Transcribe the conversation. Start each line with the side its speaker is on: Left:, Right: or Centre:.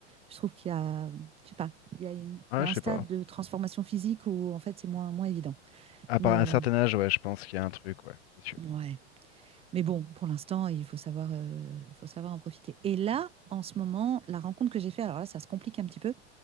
Right: je trouve qu'il y a, je sais pas, il y a une-
Left: Ah,
Right: il y a
Left: je
Right: un stade
Left: sais pas.
Right: de transformation physique où en fait c'est moins, moins évident.
Left: À part
Right: Mais
Left: un
Right: euh,
Left: certain âge, ouais, je pense qu'il y a un truc, ouais, c'est sûr.
Right: ouais. Mais bon, pour l'instant, il faut savoir, euh, faut savoir en profiter. Et là, en ce moment, la rencontre que j'ai faite, alors là, ça se complique un petit peu,